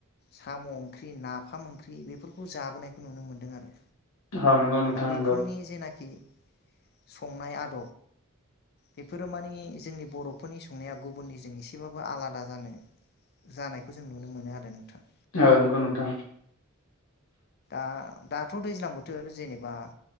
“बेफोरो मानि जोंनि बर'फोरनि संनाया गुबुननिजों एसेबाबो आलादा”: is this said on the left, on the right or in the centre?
Left